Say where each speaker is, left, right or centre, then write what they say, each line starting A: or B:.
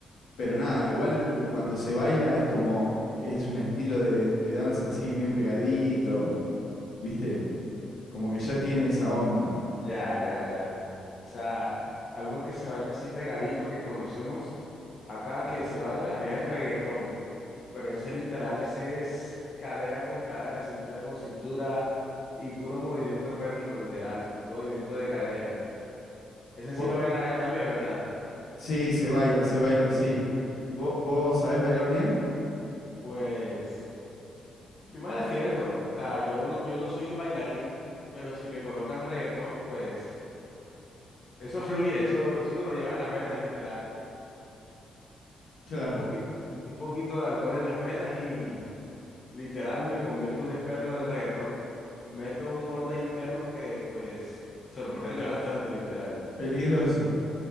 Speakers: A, on the left; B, on the left.
A: pero nada, igual cuando se baila es como, es un estilo de, de danza así, bien pegadito, ¿viste? Como que ya tiene esa onda.
B: Ya, ya, ya. O sea, algo que se baila así pegadito que conocemos acá que se baila es el reggaetón, pero ese literal, ese es cadera con cadera, cintura con cintura y puro movimiento pélvico, literal, puro movimiento de cadera. Ese sí
A: Vo-
B: lo baila allá también, ¿verdad?
A: sí, se baila, se baila, sí. ¿Vos, vos sabés bailar bien?
B: Pues yo me defiendo, o sea, yo no, yo no soy un bailarín, pero si me colocan reggaetón, pues eso fluye, eso, eso uno lo lleva en las venas, literal.
A: Claro,
B: un poquito, un poquito de alcohol en las venas y literal me convierto en un experto en el reggaetón. Meto un borde interno que pues <laughs> sorprende bastante, literal.
A: peligroso.